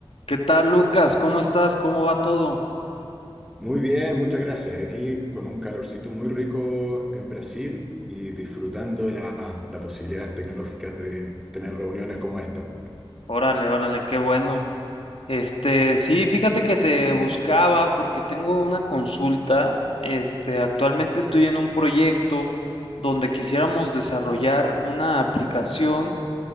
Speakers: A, on the left; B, in the centre.
A: ¿Qué tal, Lucas? ¿Cómo estás? ¿Cómo va todo?
B: Muy bien, muchas gracias. Aquí con un calorcito muy rico en Brasil y disfrutando de la- las posibilidades tecnológicas de tener reuniones como esta.
A: Órale, órale, qué bueno. Este, sí, fíjate que te buscaba porque tengo una consulta. Este, actualmente estoy en un proyecto donde quisiéramos desarrollar una aplicación,